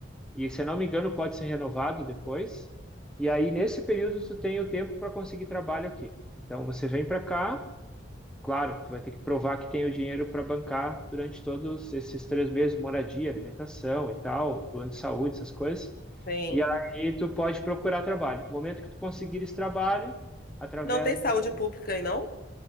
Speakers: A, in the centre; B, on the left.
A: e se eu não me engano, pode ser renovado depois. E aí, nesse período, tu tem o tempo para conseguir trabalho aqui. Então, você vem para cá, claro, que vai ter que provar que tem o dinheiro para bancar durante todos esses três meses, moradia, alimentação e tal, plano de saúde, essas coisas.
B: Sim.
A: E aí, tu pode procurar trabalho. No momento que tu conseguir esse trabalho, através
B: Não tem saúde
A: do
B: pública aí, não?